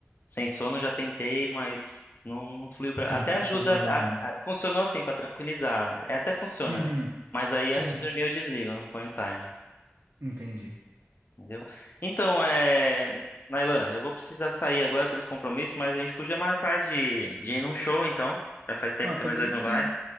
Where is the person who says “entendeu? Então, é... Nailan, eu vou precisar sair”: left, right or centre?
Left